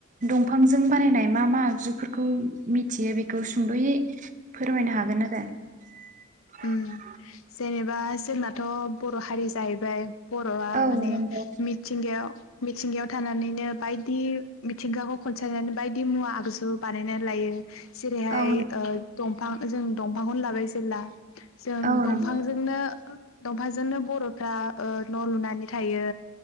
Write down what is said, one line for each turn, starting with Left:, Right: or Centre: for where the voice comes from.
Right: दंफांजों बानायनाय मा मा आगजुफोरखौ मिथियो बेखौ सुंद'यै फोरमायनो हागोन आरो औ
Left: उम
Right: <unintelligible>
Left: जेनेबा जोंनाथ' बर' हारि जाहैबाय बर'आ
Right: औ
Left: माने
Right: नंगौ
Left: मिथिंगायाव मिथिंगायाव थानानैनो बायदि मिथिंगाखौ खनसायनानै बायदि मुवा आगजु बानायनानै लायो जेरैहाय
Right: औ
Left: ओ दम औ जों दंफांखौनो लाबाय जेब्ला जों
Right: नंगौ
Left: दं बिफांजोंनो दंफांजोंनो बर'फ्रा ओ न' लुनानै थायो